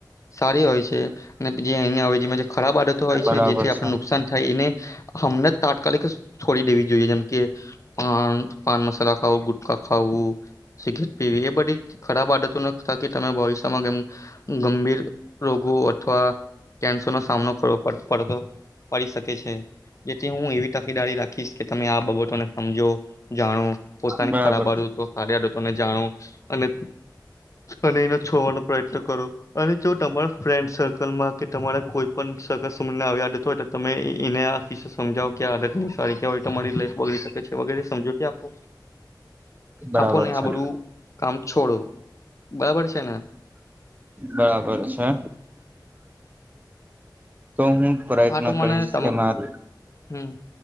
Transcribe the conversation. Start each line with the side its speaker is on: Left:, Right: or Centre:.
Left: સારી હોય છે, અને જે અહી હોય જે ખરાબ આદત હોય
Right: બરાબર
Left: છે જેથી
Right: છે.
Left: નુકસાન થાય એને. અમને તાત્કાલિક છોડી દેવી જોઈએ જેમ કે પાન પાન મસાલા ખાવું ગુટકા ખાવું સિગરેટ પીવી, એ બધી ખરાબ આદતો, ન થ કે તમે ભવિષ્યમાંમ, ગંભીર રોગો અથવા કેન્સર ન સામનો કરવોડ પડતો પડી શકે છે, જેથી હું એવી તકેદારી રાખીશ કે તમે આ બાબતોને સમજો જાણો. પોતાની
Right: બરાબર
Left: ખરાબ આડતો સારી આડતોને જાણો. અને અને એને છોડવાનો પ્રયત્ન કરો, અને જો તમારા ફ્રેન્ડ સર્કલમાં કે તમારા કોઈ પણ સગસ આવી આદત તમે એને આ વિ સમજાવો કે આદત સવાયરી લાઈફ બોવી શકે છે વગરે સમજૂતી આપો.
Right: બરાબર
Left: આપોને આ
Right: છે
Left: બધું કામ છોડો, બરાબર છે ને.
Right: બરાબર છે તો હું પ્રયત્ન
Left: હા તો
Right: કરીશ
Left: મને તમ
Right: કે માર
Left: હમ